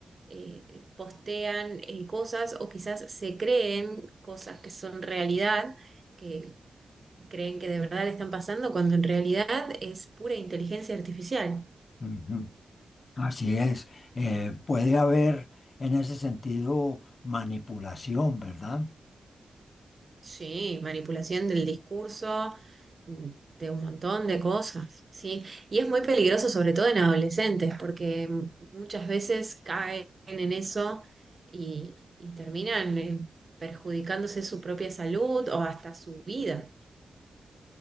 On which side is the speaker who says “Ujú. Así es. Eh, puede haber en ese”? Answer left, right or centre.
Left